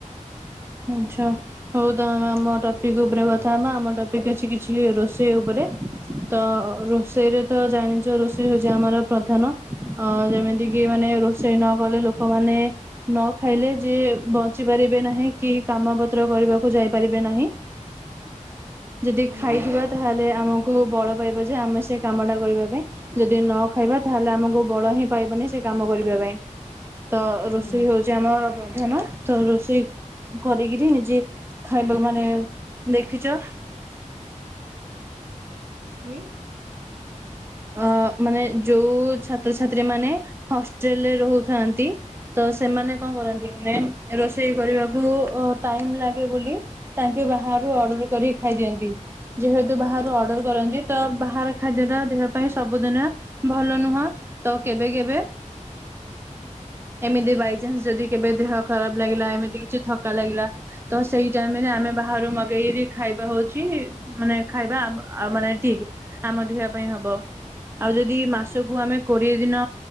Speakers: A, on the right (about 20°); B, on the right (about 70°).
A: ଆଚଛା। ହଉ ତମେ ଆମ ଟପିକ ଉପରେ କଥା ହବା ଆମ ଟପିକ ଅଛି କିଛି ରୋଷେଇ ଉପରେ। ତ ରୋଷେଇରେ ତ ଜାଣିଚ ରୋଷେଇ ହଉଚି ଆମର ପ୍ରଧାନ ଅ ଯେମିତି କି ମାନେ ରଷ ସେଇ ନ କଲେ ଲୋକମାନେ ନ ଖାଇଲେ ଯେ ବଞ୍ଚି ପାରିବେ ନାହିଁ। କି କାମ ପତ୍ର କରିବାକୁ ଯାଇପାରିବେ ନାହିଁ। ଯଦି
B: ହୁଁ
A: ଖାଇଥିବା ତାହେଲେ ଆମକୁ ବଳ ପାଇବ ଯେ ଆମେ ସେ କାମଟା କରିବା ପାଇଁ। ଯଦି ନ ଖାଇବା ତାହେଲେ ଆମକୁ ବଳ ହିଁ ପାଇବନି ସେ କାମ କରିବା ପାଇଁ। ତ ରୋଷେଇ
B: ହୁଁ
A: ହଉଚି ଆମ ପ୍ରଧାନ। ତ ରୋଷେଇ କରିକିରି ନିଜେ ଖାଇବାକୁ ମାନେ ଦେଖିଚ।
B: ହୁଁ?
A: ଅ ମାନେ ଯୋଉ ଛାତ୍ରଛାତ୍ରୀ ମାନେ ହଷ୍ଟେଲ ରେ ରହୁଥାନ୍ତି ତ ସେମାନେ କଣ କରନ୍ତି ମେନ ରୋଷେଇ କରିବାକୁ ଟାଇମ ଲାଗେ ବୋଲି ତାଙ୍କ ବାହାରୁ ଅର୍ଡର କରିକି ଖାଇଦିଅନ୍ତି। ଯେହେତୁ ବାହାରୁ ଅର୍ଡର କରନ୍ତି, ତ ବାହାର ଖାଦ୍ୟ ଟା ଦେହ ପାଇଁ ସବୁଦିନ ଭଲ ନୁହଁ। ତ କେବେ କେବେ ଏମିତି ବାଇଚନ୍ସ ଯଦି କେବେ ଦେହ ଖରାପ ଲାଗିଲା, ଏମିତି କିଛି ଥକା ଲାଗିଲା ତ ସେଇ ଟାଇମ ରେ ଆମେ ବାହାରୁ ମଗେଇ ଖାଇବା ହଉଚି ମାନେ ଖାଇବା ଆମ ଆମ୍ ମାନେ ଠିକ ଆମ ଦେହ ପାଇଁ ହବ ଆଉ ଯଦି ମାସକୁ ଆମେ କୋଡିଏ ଦିନ